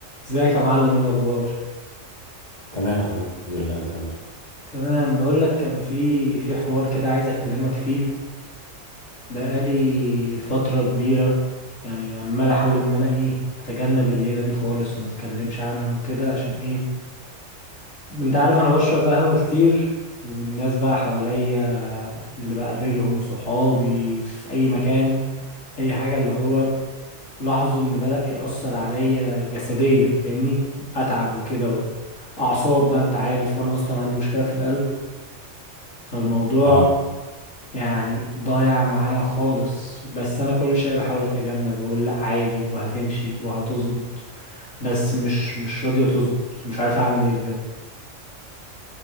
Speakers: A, on the left; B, on the left.
A: ازيك يا معلم ايه الاخبار
B: تمام الحمد لله انت عامل ايه
A: تمام بقول لك كان في في حوار كده عايز اكلمك فيه بقالي فتره كبيره يعني عمال احاول ان انا ايه اتجنب الليله دي خالص وما اتكلمش عنها وكده عشان ايه انت عارف انا بشرب قهوه كتير والناس بقى حواليا اللي بقابلهم صحابي في اي مكان اي حاجه اللي هو لاحظوا ان بدأ يأثر عليا جسديا فاهمني اتعب وكده اعصاب بقى انت عارف وانا اصلا عندي مشكله في القلب فالموضوع
B: اه
A: يعني ضايع معايا خالص بس انا كل شويه بحاول اتجنب واقول لا عادي وهتمشي وهتظبط بس مش مش راضيه تظبط ومش عارف اعمل ايه بجد